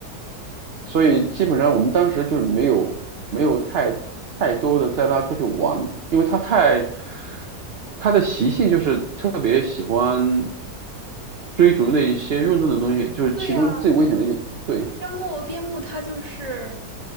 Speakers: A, on the right; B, on the right.
A: 所以基本上我们当时就是没有没有太太多的带他出去玩，因为他太他的习性就是特别喜欢追逐那一些运动的东西，就是其中最危险的一个。
B: 对呀，
A: 对。
B: 边牧，边牧它就是